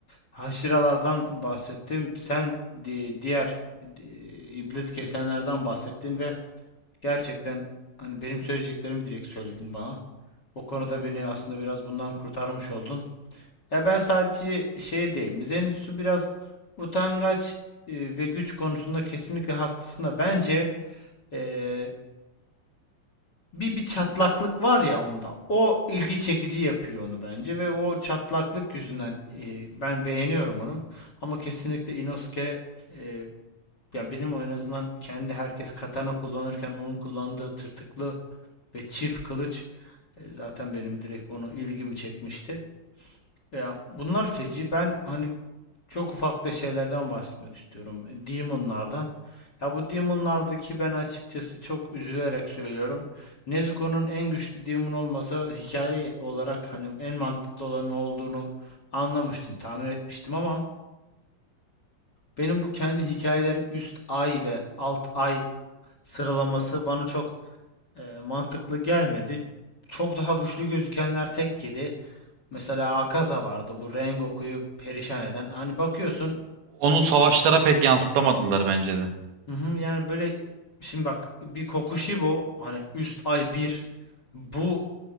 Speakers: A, on the left; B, on the right.
A: haşiralardan bahsettim. Sen di- diğer e, iblis kesenlerden bahsettin ve gerçekten hani benim söyleyeceklerimi direkt söyledin bana. O konuda beni aslında biraz bundan kurtarmış oldun. Ya ben sadece şey diyeyim. Zenitsu biraz utangaç e, ve güç konusunda kesinlikle haklısın da bence e, bir bir çatlaklık var ya onda. O ilgi çekici yapıyor onu bence ve o çatlaklık yüzünden e, ben beğeniyorum onu. Ama kesinlikle Inosuke e, ya benim o en azından kendi herkes katana kullanırken onun kullandığı tırtıklı ve çift kılıç e, zaten benim direkt onu ilgimi çekmişti. Ya bunlar feci. Ben hani çok ufak da şeylerden bahsetmek istiyorum. Demon'lardan. Ya bu Demon'lardaki ben açıkçası çok üzülerek söylüyorum. Nezuko'nun en güçlü Demon olmasa hikaye olarak hani en mantıklı olanın olduğunu anlamıştım, tahmin etmiştim ama benim bu kendi hikayelerin üst ay ve alt ay sıralaması bana çok e, mantıklı gelmedi. Çok daha güçlü gözükenler tek yedi. Mesela Akaza vardı bu Rengoku'yu perişan eden. Hani bakıyorsun
B: Onu savaşlara pek yansıtamadılar bence de.
A: Hı hı, yani böyle şimdi bak bir Kokushibo hani üst ay bir bu